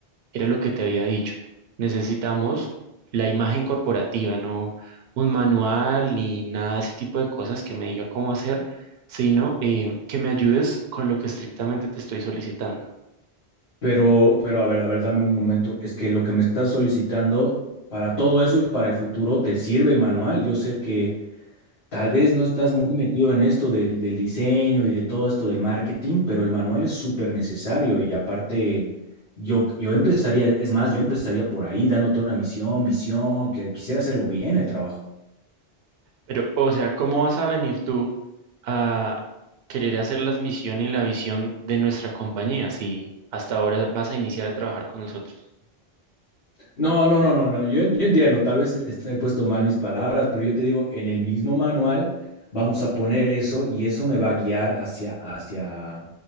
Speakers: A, on the right; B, on the left.
A: Era lo que te había dicho. Necesitamos la imagen corporativa, no un manual ni nada de ese tipo de cosas que me diga cómo hacer, sino eh, que me ayudes con lo que estrictamente te estoy solicitando.
B: Pero, pero a ver, a ver, dame un momento. Es que lo que me estás solicitando para todo eso y para el futuro te sirve el manual. Yo sé que tal vez no estás muy metido en esto del, del diseño y de todo esto del marketing, pero el manual es súper necesario y aparte yo, yo empezaría, es más, yo empezaría por ahí dándote una misión, visión, que quisiera hacerlo bien el trabajo.
A: Pero, o sea, ¿cómo vas a venir tú a querer hacer las misiones y la visión de nuestra compañía si hasta ahora vas a iniciar a trabajar con nosotros?
B: No, no, no, no, no. Yo, yo entiendo, tal vez est- he puesto mal mis palabras, pero yo te digo, en el mismo manual vamos a poner eso y eso me va a guiar hacia, hacia,